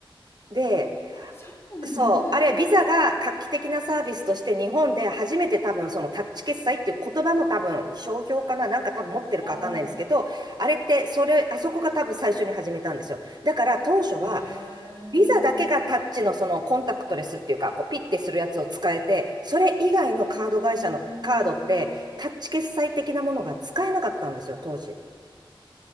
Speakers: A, on the right; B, on the left.
A: で、
B: あ、そうなんですね。
A: そう、
B: へえ。
A: あれ、ビザが画期的なサービスとして日本で初めて多分そのタッチ決済っていう言葉も多分商標かな、なんか多分持ってるかわかんないんですけど、
B: ああ。
A: あれってそれ、あそこが多分最初に始めたんですよ。だから当初は
B: へえ。へえ。
A: ビザだけがタッチのそのコンタクトレスっていうか、こうピッてするやつを使えて、それ以外のカード会社のカードってタッチ決済的なものが使えなかったんですよ、
B: へえ。
A: 当時。